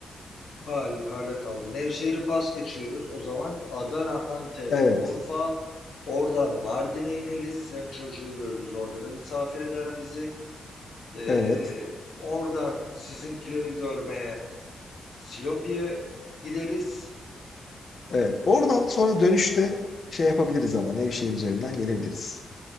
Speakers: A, on the left (about 75°); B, on the left (about 55°).
A: Ha yukarıda kaldı. Nevşehir'i pas geçiyoruz. O zaman Adana, Antep,
B: Evet.
A: Urfa. Oradan Mardin'e ineriz. Sem çocuğu görürüz. Orada da misafir eder bizi. Ee,
B: Evet.
A: oradan sizinkileri görmeye Silopi'ye gideriz.
B: Evet. Oradan sonra dönüşte şey yapabiliriz ama Nevşehir üzerinden gelebiliriz.